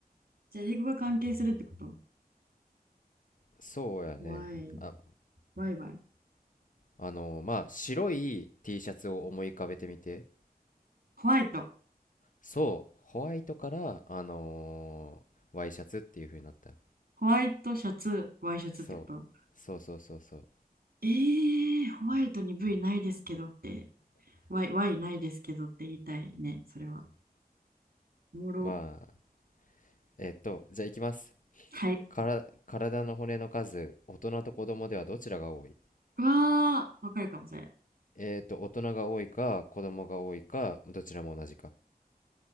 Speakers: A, on the right; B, on the left.
A: じゃあ、英語が関係するってこと
B: そうやね。
A: ?Y。
B: あ、
A: Y、Y。
B: あのーまあ、白い T シャツを思い浮かべてみて。
A: ホワイト。
B: そう、ホワイトから、あのーワイシャツっていう風になった。
A: ホワイトシャツ、ワイシャツってこと
B: そう、そうそうそうそう。
A: えー、ホワイトに V ないですけどって Y Y ないですけどって言いたいね、それは。おもろ。
B: まあ、えっと、じゃあいきます。
A: はい。
B: から、体の骨の数、大人と子供ではどちらが多い
A: わーわかるかもしれん。
B: えっと、大人が多いか、子供が多いか、どちらも同じか。